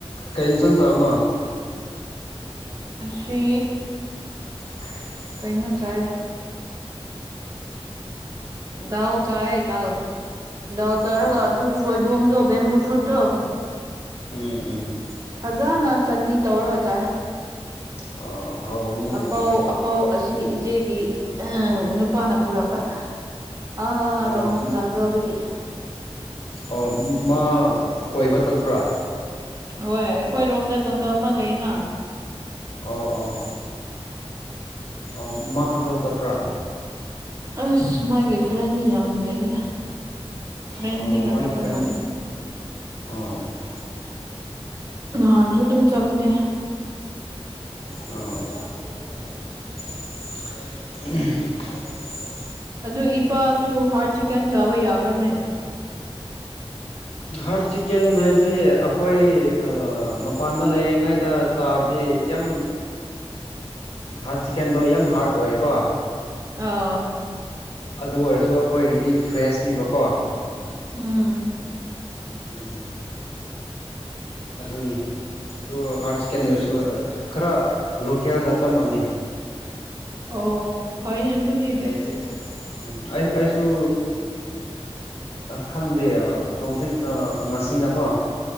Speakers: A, on the left; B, on the right.
A: ꯀꯩ ꯆꯪ ꯆꯕꯅꯣ
B: ꯑ ꯁꯤ
A: <inaudible>
B: ꯀꯩꯅꯣ ꯆ ꯑ ꯎ ꯆꯌꯦ ꯗꯜ ꯗꯥꯎ ꯆꯥꯔꯒ
A: ꯑꯣ
B: ꯑꯗꯨ ꯁꯣꯏꯕꯝꯗꯣ ꯕꯦꯝꯕꯨ ꯁꯨꯗꯣ
A: ꯎꯝ ꯎꯝ
B: ꯑꯣꯖꯥꯅ ꯆꯠꯅꯤ ꯇꯧꯔꯒ ꯆꯥꯏ
A: ꯑꯣ ꯍꯥꯎꯕꯅꯤꯅꯦ
B: ꯑꯄꯥꯎ
A: ꯑꯗꯨꯗꯤ
B: ꯑꯄꯥꯎ ꯑꯁꯤ ꯏꯆꯦꯒꯤ ꯑ ꯅꯨꯄꯥꯅ ꯄꯨꯔꯛꯄ ꯑꯥ
A: ꯑꯣ
B: ꯔꯣꯝ ꯖꯪꯒꯜꯗꯒꯤ
A: ꯑꯣ ꯃ ꯀꯣꯏꯕ ꯇꯠꯄ꯭ꯔꯥ
B: ꯍꯣꯏ ꯑꯩꯈꯣꯏꯔꯣꯝꯗ ꯖꯪꯒꯜ ꯑꯃ ꯂꯩꯌꯦꯅ
A: ꯑꯣ ꯑꯣ ꯑꯥ ꯃ ꯈꯥꯛꯛꯇ ꯆꯄ꯭ꯔꯥ
B: ꯑꯁ ꯃꯥꯒꯤ ꯐ꯭ꯔꯦꯟ ꯌꯥꯝ ꯂꯩꯗ ꯐ꯭ꯔꯦꯟꯁꯤꯡꯒ
A: ꯑꯣ ꯃꯥꯒꯤ
B: ꯆꯠꯄ
A: ꯐ꯭ꯔꯦꯟ
B: ꯃꯥꯅꯤ
A: ꯑꯣ
B: ꯅꯍꯥꯟꯁꯨ ꯑꯗꯨꯝ ꯆꯠꯄꯅꯦ
A: ꯑꯣ
B: ꯑꯗꯨ ꯏꯄꯥꯁꯨ ꯍꯥꯔꯠ ꯆꯤꯛꯀꯟ ꯆꯥꯕ ꯌꯥꯕ꯭ꯔꯥꯅꯦ
A: ꯍꯥꯔꯠ ꯆꯤꯛꯀꯦꯟ ꯍꯥꯏꯗꯤ ꯑꯩꯈꯣꯏ ꯃꯄꯥꯟꯗ ꯂꯩꯔꯤꯉꯩꯗ ꯆꯥꯕꯗꯤ ꯌꯥꯝ ꯍꯥꯔꯠ ꯆꯤꯛꯀꯦꯟꯗꯣ ꯌꯥꯝ ꯍꯥꯔꯗ ꯑꯣꯏꯌꯦꯀꯣ
B: ꯑ
A: ꯑꯗꯨ ꯑꯣꯏꯔꯁꯨ ꯑꯩꯈꯣꯏꯒꯤꯗꯤ ꯐ꯭ꯔꯦꯁꯅꯤꯕꯀꯣ
B: ꯎꯝ
A: ꯎꯝ ꯑꯗꯨꯅꯤ ꯑꯗꯨ ꯍꯥꯏꯔ ꯁꯦꯀꯦꯟꯗꯔꯤꯁꯨ ꯈꯔ ꯂꯣꯀꯦꯜꯒ ꯆꯞꯃꯅꯤ
B: ꯑꯣ ꯐꯅꯦ ꯇꯨꯗꯤ
A: ꯇꯦꯁꯁꯦ ꯎꯝ ꯑꯩꯁꯨ ꯑꯩꯁꯨ ꯈꯪꯗꯦ ꯍꯧꯖꯤꯛꯅ ꯉꯁꯤꯅꯀꯣ